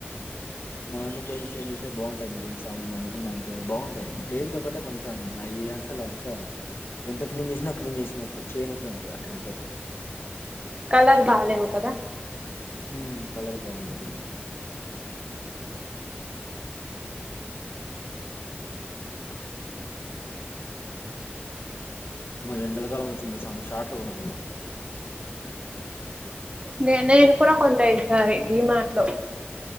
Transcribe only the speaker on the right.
కలర్ బాాలవ కదా
మి అన్నయలాకి కూడా కొంటాయింది సార్ ఇది మాటలో